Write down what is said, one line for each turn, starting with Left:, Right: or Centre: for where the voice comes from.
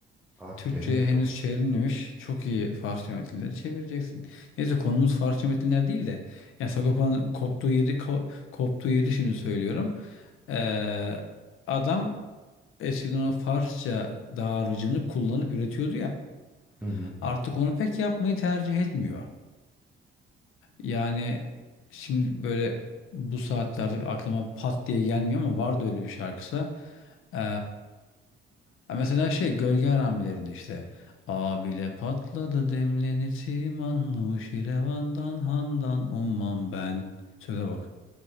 Centre: Abi
Left: Türkçe'ye
Centre: gerek
Left: henüz
Centre: yok.
Left: çevrilmemiş çok iyi Farsça metinleri çevireceksin. Neyse konumuz Farsça metinler değil de yani Sagopa'nın koptuğu yeri ko- koptuğu yeri şimdi söylüyorum. Ee, adam eskiden o Farsça dağarcığını kullanıp üretiyordu ya.
Centre: Hı hı.
Left: Artık onu pek yapmayı tercih etmiyor. Yani şimdi böyle bu saatlerde aklıma pat diye gelmiyor ama vardı öyle bir şarkısı. Ee, Ha Mesela şey gölge haramilerinde işte Abile patladı demleni timan Nuşi revandan handan ummam ben Söze bak